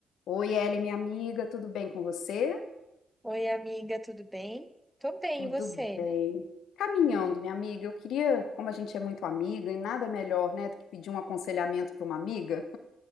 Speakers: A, on the left (about 70°); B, in the centre.
A: Oi, Ellen, minha amiga, tudo bem com você?
B: Oi, amiga, tudo bem? Tô bem,
A: Tudo
B: e você?
A: bem. Caminhando, minha amiga, eu queria, como a gente é muito amiga, e nada melhor, né, do que pedir um aconselhamento para uma amiga.